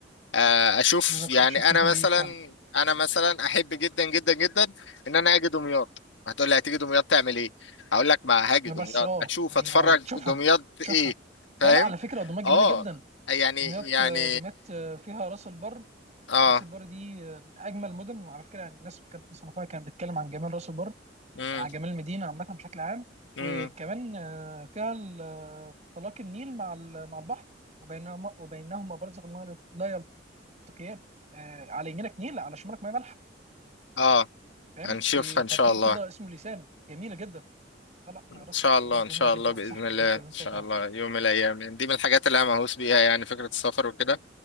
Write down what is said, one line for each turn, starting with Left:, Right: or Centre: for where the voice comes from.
Left: آه، أشوف
Right: بالظبط
Left: يعني
Right: انت شفت
Left: أنا
Right: مكان
Left: مثلا
Right: جديد فعلا
Left: أنا مثلا أحب جدا جدا جدا إن أنا أجي دمياط هتقول لي هتيجي دمياط تعمل إيه؟ هقول لك ما هاجي دمياط
Right: بس اه
Left: أشوف
Right: يعني
Left: أتفرج
Right: آه، تشوفها
Left: دمياط إيه
Right: تشوفها
Left: فاهم؟
Right: لا لا على فكره دمياط جميله
Left: آه
Right: جدا
Left: يعني
Right: دمياط
Left: يعني
Right: آه، دمياط آه، فيها راس البر
Left: اه
Right: راس البر دي آه، من اجمل المدن وعلى فكره يعني الناس كانت مصنفاها كانت بتتكلم عن جمال راس البر
Left: امم
Right: عن جمال المدينه عامه بشكل عام
Left: امم
Right: وكمان آه، فيها ال- آه، طلاق النيل مع ال- مع البحر وبينهما وبينهما برزخ لا لا يلتقيان آه، على يمينك نيل على شمالك ميه مالحه
Left: اه
Right: فاهم
Left: هنشوفها
Right: في طريق
Left: ان شاء الله
Right: كده اسمه لسان جميله جدا لا لا
Left: ان
Right: راس
Left: شاء الله
Right: البر جميله
Left: ان شاء
Right: جدا
Left: الله باذن
Right: انصحك بجد
Left: الله ان
Right: ان انت
Left: شاء
Right: تروح
Left: الله
Right: تزورها
Left: يوم من الايام يعني دي من الحاجات اللي انا مهووس بيها يعني فكره السفر وكده